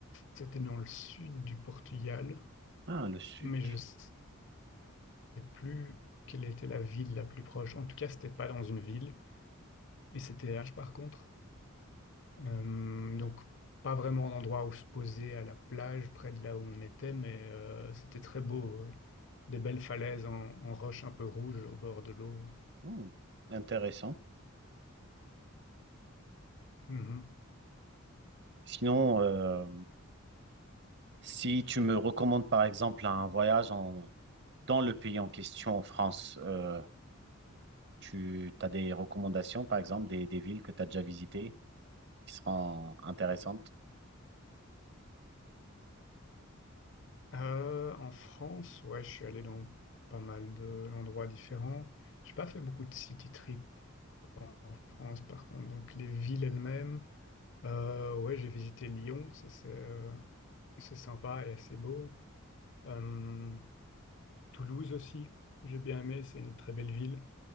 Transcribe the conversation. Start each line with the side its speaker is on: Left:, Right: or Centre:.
Left: c'était dans le sud du Portugal,
Right: Ah, le sud.
Left: mais je sais plus quelle était la ville la plus proche. En tout cas, c'était pas dans une ville et c'était H par contre. Euh, donc, pas vraiment un endroit où se poser à la plage, près de là où on était, mais euh, c'était très beau. euh. Des belles falaises en, en roche un peu rouge au bord de l'eau.
Right: Hmm, Intéressant.
Left: Mhm.
Right: Sinon, euh, si tu me recommandes par exemple un voyage en- dans le pays en question, en France, euh, Tu as des recommandations, par exemple, des, des villes que tu as déjà visitées qui seront intéressantes?
Left: Euh, en France, ouais, je suis allé dans pas mal de- d'endroits différents. J'ai pas fait beaucoup de city trips en France, par contre. Donc, les villes elles-mêmes, euh, ouais, j'ai visité Lyon, ça, c'est euh, c'est sympa et assez beau. Euh, Toulouse aussi, j'ai bien aimé, c'est une très belle ville.